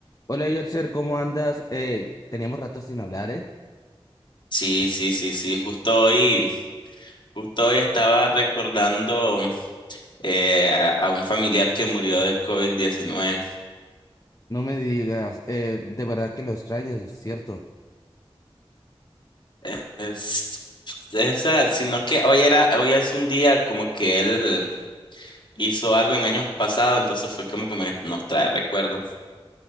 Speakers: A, on the left (about 35°); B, on the left (about 50°).
A: Hola, Yorcher, ¿cómo andas? Eh, teníamos rato sin hablar, ¿eh?
B: Sí, sí, sí, sí. Justo hoy, justo hoy estaba recordando eh, a, a un familiar que murió de covid diecinueve.
A: No me digas, eh, de verdad que lo extrañas, ¿cierto?
B: Eh, es- Esa, sino que hoy era, hoy es un día como que él hizo algo en años pasados, entonces fue como que me- nos trae recuerdos.